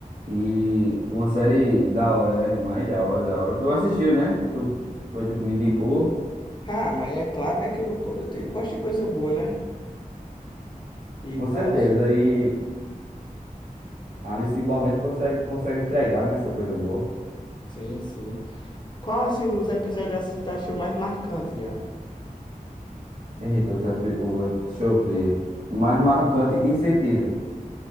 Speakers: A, on the right; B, on the left.
A: e uma série da hora, né? Demais, da hora, da hora. Tu assistiu, né? Tu, que- foi tu que me indicou,
B: Ah, mas é claro, né, que eu, go- eu, tenho- eu gosto de coisa boa, né? E
A: com
B: tal.
A: certeza. E Alice in Borderland consegue, consegue entregar, né? Essa coisa boa.
B: Sim, sim. Qual, assim, dos episódios, assim, tu achou mais marcante, viado?
A: Eita, os epi- o, epi- deixa eu ver. Mais marcante em que sentido?